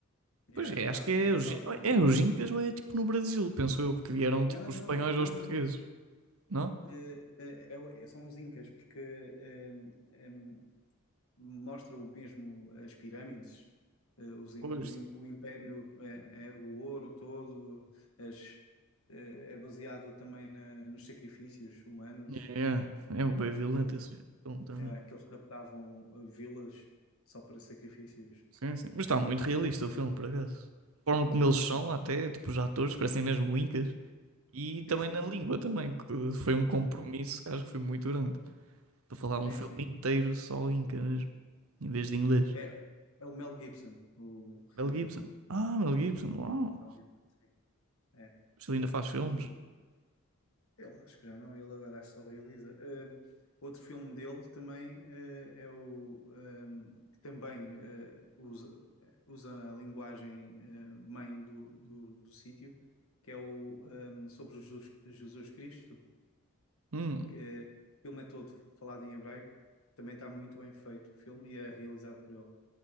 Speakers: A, on the left; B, on the right.
A: Yeah,
B: Pois é, acho
A: tá
B: que
A: brutal
B: é o, Gin-
A: também.
B: é
A: esse
B: o
A: filme.
B: Gincas ou é tipo no Brasil, penso eu, porque vieram
A: Não,
B: tipo os
A: não,
B: espanhóis
A: é- não,
B: aos portugueses,
A: não.
B: não?
A: É- é- é o- são os incas, porque hum, hum, mostra o mesmo as pirâmides, eh, os im-
B: Pois.
A: os im- o império é, é o ouro todo, as- eh, é baseado também na- nos sacrifícios humanos,
B: Yeah. É um bem violento
A: Eles-
B: esse filme também.
A: é, que eles raptavam eh, vilas só para sacrifícios.
B: Sim, sim. Mas está muito
A: Yeah,
B: realista o filme, por acaso. A forma
A: muito
B: como
A: bom
B: eles
A: esse
B: são,
A: filme.
B: até, tipo, os atores, parecem mesmo incas. E também
A: Sim, sim,
B: na língua
A: sim.
B: também, que foi um compromisso
A: Uhum.
B: que acho que foi muito grande. Para falar um
A: Sim,
B: filme
A: sim.
B: inteiro só inca mesmo, em vez de inglês.
A: É, é o Mel Gibson, o
B: Mel
A: realizador.
B: Gibson. Ah, Mel Gibson. Uau.
A: Mel Gibson, sim. É.
B: Mas Ele ainda faz filmes.
A: O, Ele acho que já não, ele agora acho que só realiza. Ahm, outro filme dele também eh, é o ahm, que também eh, usa, usa a linguagem eh, mãe do, do, do sítio, que é o ahm, sobre Jesus, Jesus Cristo,
B: Hum,
A: que o filme é todo falado em hebraico, também está muito bem feito o filme e é realizado por ele.